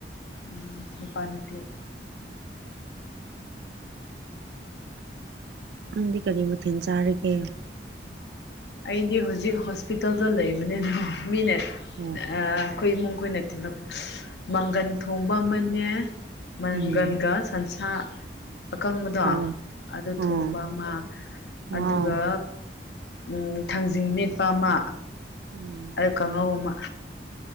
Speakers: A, on the left (about 70°); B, on the right (about 65°).
A: ꯎ ꯅꯨꯄꯥ ꯅꯨꯄꯤ
B: ꯅꯪꯗꯤ ꯀꯔꯤ ꯃꯊꯦꯜ ꯆꯥꯔꯒꯦ
A: ꯑꯩꯗꯤ ꯍꯧꯖꯤꯛ ꯍꯣꯁꯄꯤꯇꯥꯜꯗ ꯂꯩꯕꯅꯤꯅ ꯃꯤꯅ ꯑꯩꯈꯣꯏ
B: ꯑꯣ
A: ꯏꯃꯨꯡ ꯀꯣꯏꯅ ꯊꯤꯜꯂꯛꯄ ꯃꯪꯒꯟ ꯊꯣꯡꯕ ꯑꯃꯅꯦ ꯃꯪꯒꯟꯒ
B: ꯎꯝ
A: ꯁꯟꯁꯥ ꯑꯀꯪꯕꯗꯣ
B: ꯎꯝ ꯑꯣ
A: ꯑꯗꯨ
B: ꯑꯥ
A: ꯊꯣꯡꯕ ꯑꯃ
B: ꯋꯥꯎ
A: ꯑꯗꯨꯒ ꯎ ꯊꯥꯡꯖꯤꯡ ꯃꯦꯠꯄ ꯑꯃ
B: ꯎꯝ
A: ꯑꯗ ꯀꯥꯡꯉꯧ ꯑꯃ